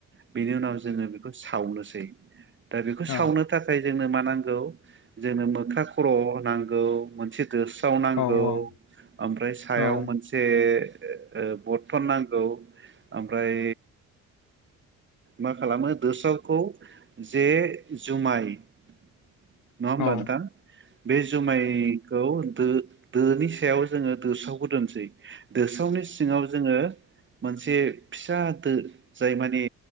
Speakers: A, on the right (about 40°); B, on the left (about 80°).
A: बेनि उनाव जोङो बेखौ सावनोसै दा बेखौ
B: औ
A: सावनो थाखाय जोंनो मा नांगौ जोंनो मोख्रा खर' नांगौ मोनसे दोस थाव नांगौ
B: औ उम
A: ओमफ्राय सायाव
B: औ
A: मोनसे ओ बरथन नांगौ ओमफ्राय मा खालामो दोस्रावखौ जे जुमाय नङा होमबा
B: उम औ
A: नोंथां? बे जुमाय दो दोनि सायाव जोङो दोसावखौ दोनसै दोस्रावनि सिङाव जोङो मोनसे फिसा दो जाय मानि